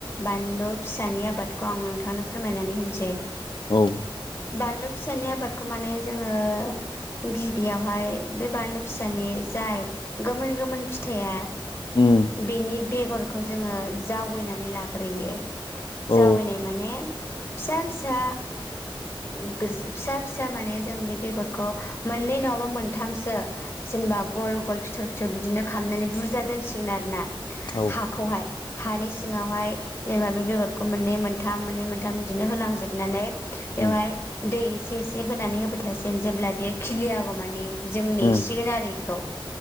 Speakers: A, on the left; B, on the left.
A: बानलु फिसानि आबादखौ आं नोंथांनो फोरमायनानै होनसै
B: औ
A: बानलु फिसानि आबादखौ माने जोङो गिबियावहाय बे बानलु फिसानि जाय गोमोन गोमोन फिथाइया
B: उम
A: बिनि बेगरखौ जोङो जावैनानै लाग्रोयो जावैनाय
B: औ
A: माने फिसा फिसा उम गोज फिसा फिसा माने जों बे बेगरखौ मोननै नङाबा मोनथामसो जेनबा गल गल फिथर फिथर बिदिनो खामनानै बुरजा दोनसिगोन आरो ना
B: औ
A: हाखौहाय हानि सिङावहाय जेनेबा बे बेगर हा खौ मोन्नै मोनथाम मोन्नै मोनथाम बिदिनो होलांजोबनानै बेवहाय
B: उम
A: दै से इसे होनानै होबाय थसिग जेब्ला बेयो खिलियागौ मानि जोंनि
B: उम
A: सिरिनारिखौ